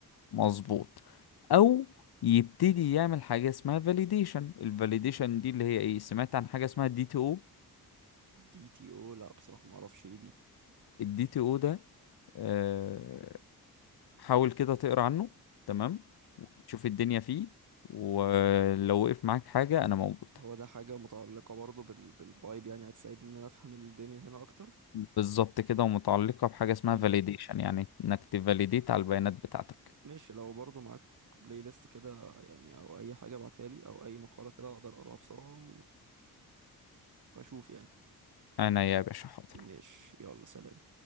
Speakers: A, on the left; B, on the right.
A: مظبوط او يبتدي يعمل حاجة اسمها validation ال validation دي اللي هي ايه سمعت عن حاجة اسمها دي تي او
B: دي تي او لا بصراحة ما اعرفش ايه دي
A: الدي تي او ده آه، حاول كده تقرا عنه تمام وتشوف الدنيا فيه ولو وقف معاك حاجة انا موجود
B: هو ده حاجة متعلقة برضه بال... بالفايب يعني هتساعدني إن أنا أفهم الدنيا هنا أكتر
A: بالظبط كده ومتعلقة بحاجة اسمها
B: مم.
A: validation يعني انك تفاليديت على البيانات بتاعتك
B: ماشي لو برضه معاك بلاي ليست كده يعني أو أي حاجة ابعتها لي أو أي مقالة كده أقدر أقراها بسرعة وأشوف يعني
A: انا يا باشا حاضر
B: ماشي يلا سلام